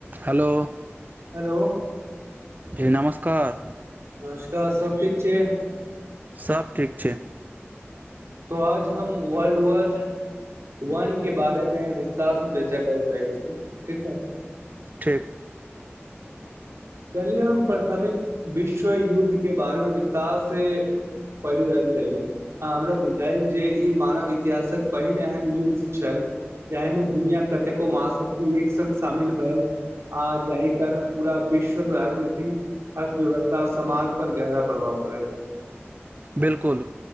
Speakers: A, on the right; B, on the right.
A: hello
B: hello
A: जी नमस्कार
B: नमस्कार सब ठीक छै
A: सब ठीक छै
B: तो आज हम वर्ल्ड वर वन के बारे में विस्तार से चर्चा करे ल चाहछी ठीक छै
A: ठीक
B: चलि हम प्रथमिक विश्व युद्ध के बारेमें विस्तार से पड़ रहल छलय हमरा बुझायल जे ई मानव इतिहासक पहिन एहन युद्ध छल जाहि में दुनिया कतेको महाशक्ति एक स शामिल भेल आर जाहि कारण पूरा विश्व राजनीति अर्थव्यवस्था समाज पर गहरा प्रभाव पड़ै
A: बिल्कुल